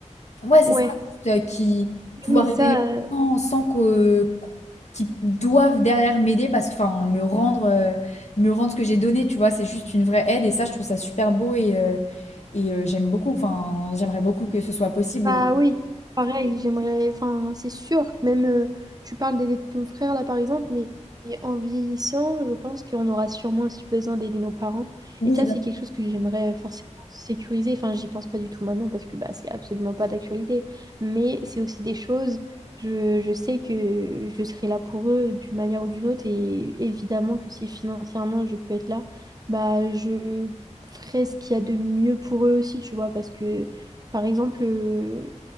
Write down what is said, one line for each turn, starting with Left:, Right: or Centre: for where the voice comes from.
Left: ouais,
Right: ouais,
Left: c'est ça, juste, euh, qui, pouvoir
Right: oui, ça.
Left: aider les gens sans que, qu'ils doivent derrière m'aider parce que, enfin, me rendre, euh, me rendre ce que j'ai donné, tu vois, c'est juste une vraie aide et ça, je trouve ça super beau et, euh, et euh, j'aime beaucoup, enfin, j'aimerais beaucoup que ce soit possible.
Right: Bah oui, pareil, j'aimerais, enfin, c'est sûr, même euh, tu parles d'aider ton frère là par exemple, mais en vieillissant, je pense qu'on aura sûrement aussi besoin d'aider nos parents.
Left: Oui,
Right: Et ça,
Left: bien
Right: c'est
Left: sûr,
Right: quelque chose que j'aimerais euh, forcément sécuriser. Enfin, j'y pense pas du tout maintenant parce que bah, c'est absolument pas d'actualité. Mais c'est aussi des choses, je, je sais que je serai là pour eux d'une manière ou d'une autre. Et évidemment que si financièrement je peux être là, bah je ferai ce qu'il y a de mieux pour eux aussi, tu vois, parce que. Par exemple, euh,